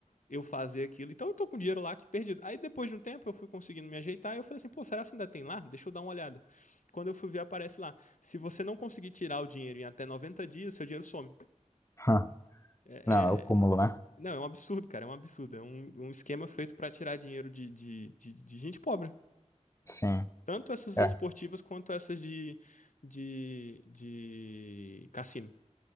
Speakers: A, on the left (about 80°); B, on the left (about 20°).
A: eu fazer aquilo. Então eu tô com dinheiro lá que perdido. Aí depois de um tempo eu fui conseguindo me ajeitar e eu falei assim, pô, será que ainda tem lá? Deixa eu dar uma olhada. Quando eu fui ver, aparece lá. Se você não conseguir tirar o dinheiro em até 90 dias, seu dinheiro some.
B: <laughs>
A: É, é-
B: Não, é o cúmulo, né?
A: é, Não, é um absurdo, cara, é um absurdo. É um, um esquema feito pra tirar dinheiro de, de, de, de gente pobre.
B: Sim,
A: Tanto essas
B: é,
A: esportivas quanto essas de, de, de cassino.